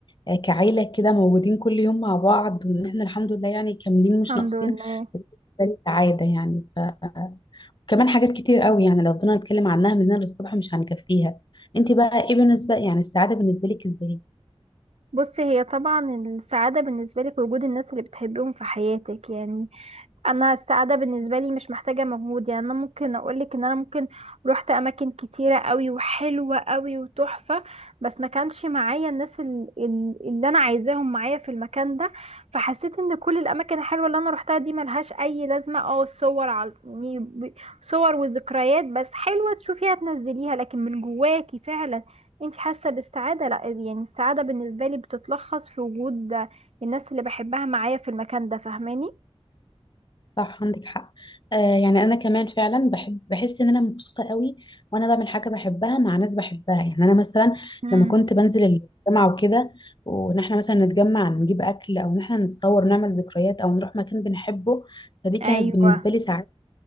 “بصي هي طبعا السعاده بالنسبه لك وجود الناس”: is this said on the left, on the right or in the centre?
Right